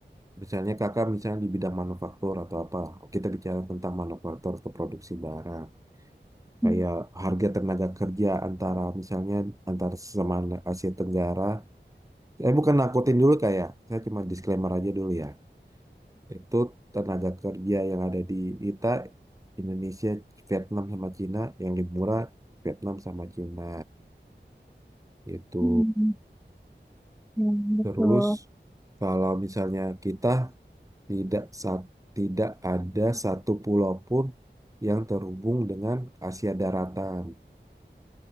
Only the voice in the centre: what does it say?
hmm,
hmm, hmm, <laughs>
betul.